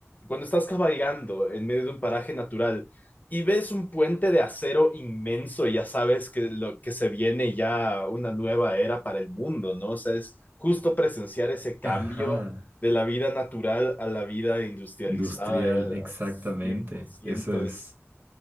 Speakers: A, on the left (about 35°); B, on the right (about 40°).
A: cuando estás cabalgando en medio de un paraje natural y ves un puente de acero inmenso y ya sabes que lo que se viene ya una nueva era para el mundo, ¿no? O sea, es justo presenciar ese cambio
B: Ajá,
A: de la vida natural a la vida industrializada
B: industrial,
A: ya,
B: exactamente.
A: cien por ciento
B: Eso es.
A: es,